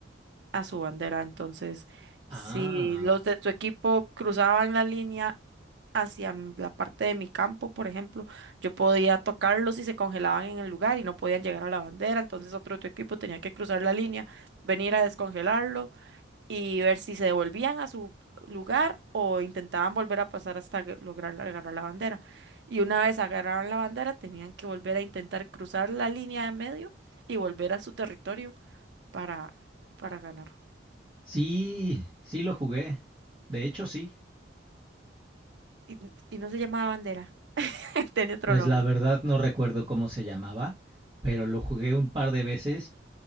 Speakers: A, on the right; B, on the right.
A: a su bandera. Entonces, si
B: Ah.
A: los de tu equipo cruzaban la línea hacia m- la parte de mi campo, por ejemplo, yo podía tocarlos y se congelaban en el lugar y no podían llegar a la bandera. Entonces, otro de tu equipo tenía que cruzar la línea, venir a descongelarlo y ver si se devolvían a su lugar o intentaban volver a pasar hasta ag- lograr agarrar la bandera. Y una vez agarraron la bandera, tenían que volver a intentar cruzar la línea de medio y volver a su territorio para, para ganar.
B: Sí, sí lo jugué. De hecho, sí.
A: Y, y no se llamaba bandera, <laughs> tenía otro
B: Pues
A: nombre.
B: la verdad no recuerdo cómo se llamaba, pero lo jugué un par de veces